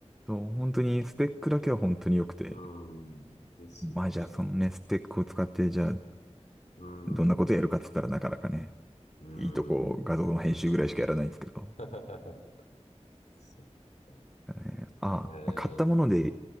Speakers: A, in the centre; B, on the left.
A: そう、本当にスペックだけは本当に良くて。
B: うん、うんですよね。
A: まあじゃあそのね、スペックを使ってじゃあ
B: うん、
A: どんなことやるかっつったらなかなかね、
B: うん。
A: いいとこ画像の編集ぐらいしかやらないんですけど。
B: <laughs> そっか。
A: ねあ、
B: ええ
A: まあ、買ったもので